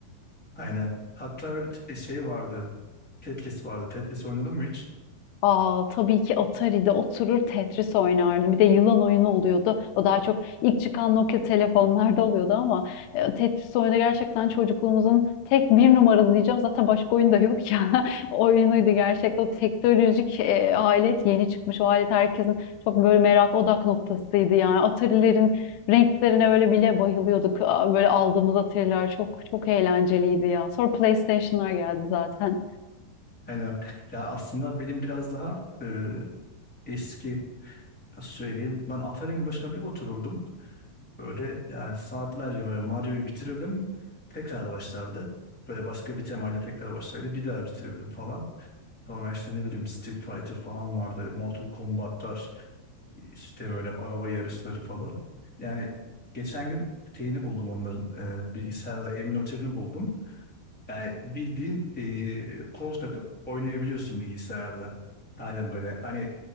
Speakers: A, in the centre; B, on the left.
A: Aynen. Hatta böyle t- e, şey vardı. Tetris vardı. Tetris oynadın mı hiç?
B: Aa, tabii ki Atari'de oturur Tetris oynardım. Bir de yılan oyunu oluyordu. O daha çok ilk çıkan Nokia telefonlarda oluyordu ama e, Tetris oyunu gerçekten çocukluğumuzun tek bir numaralı diyeceğim. Zaten başka oyun da yok ya. <laughs> O Oyunuydu gerçekten. O teknolojik e, alet yeni çıkmış. O alet herkesin çok böyle merak odak noktasıydı yani. Atari'lerin renklerine böyle bile bayılıyorduk. Aa, Böyle aldığımız Atari'ler çok çok eğlenceliydi ya. Sonra PlayStation'lar geldi zaten.
A: Aynen. Ya aslında benim biraz daha e, eski nasıl söyleyeyim. Ben Atari'nin başına bir otururdum. Böyle yani saatlerce böyle Mario'yu bitirirdim. Tekrar başlardı. Böyle başka bir temayla tekrar başlardı. Bir daha bitirirdim falan. Sonra işte ne bileyim Street Fighter falan vardı. Mortal Kombat'lar işte böyle araba yarışları falan. Yani geçen gün şeyini buldum onların e, bilgisayarda emülatörünü buldum. Yani bildiğin e, kol takıp oynayabiliyorsun bilgisayarda. Halen böyle hani